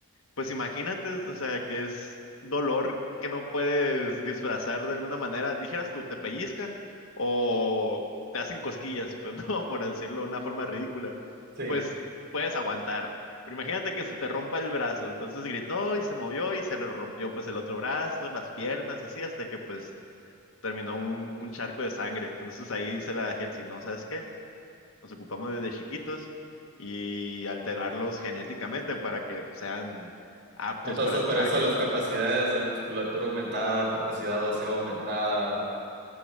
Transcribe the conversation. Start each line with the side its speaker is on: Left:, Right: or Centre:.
Left: Pues imagínate, o sea, que es dolor que no puedes disfrazar de alguna manera. Dijeras tú, te pellizcan o te hacen cosquillas, pues <laughs> no, por decirlo de una forma ridícula.
Right: sí.
Left: Pues puedes aguantar. Pero imagínate que se te rompa el brazo. Entonces gritó y se movió y se le rompió pues el otro brazo, las piernas, así, hasta que pues terminó un, un charco de sangre. Entonces ahí dice la Helsi, no, ¿sabes qué? Los ocupamos desde chiquitos y alterarlos genéticamente para que sean aptos
Right: Entonces,
Left: para el
Right: por
Left: traje.
Right: eso las capacidades de musculatura aumentada, capacidad ósea aumentada